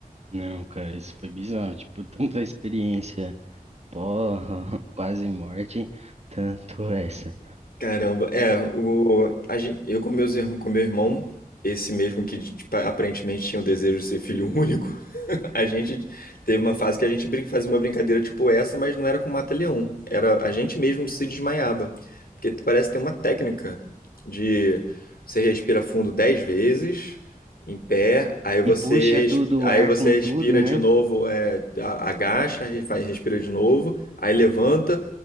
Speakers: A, on the right; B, on the left.
A: não, cara, isso foi bizarro. Tipo, tanto a experiência, porra, <laughs> quase morte, tanto essa.
B: Caramba, é, o, a gente, eu com, meus, irm- com meu irmão, esse mesmo que tipo, aparentemente tinha o desejo de ser filho único, <laughs> a gente teve uma fase que a gente brin- fazia uma brincadeira tipo essa, mas não era com mata-leão, era a gente mesmo se desmaiava, porque t- parece ter uma técnica de você respira fundo 10 vezes, em pé, aí você,
A: E puxa
B: res-
A: tudo
B: aí
A: o ar
B: você
A: com tudo,
B: respira de
A: né?
B: novo, é, a- agacha, re- fa- respira de novo, aí levanta,